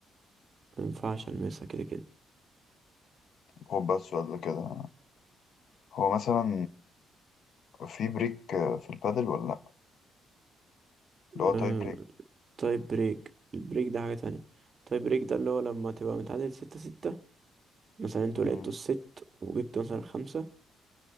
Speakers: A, on the right (about 40°); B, on the left (about 65°).
A: مينفعش المسها كده كده
B: خد بقى السؤال ده كده هو مثلا في بريك آه، في البادل ولا لأ؟ اللي هو
A: أه.
B: تاي بريك
A: طيب بريك البريك ده حاجة تانية طيب بريك ده اللي هو لما تبقى متعادل ستة ستة مثلا انتوا لعبتوا
B: مم،
A: الست وجبتوا مثلا خمسة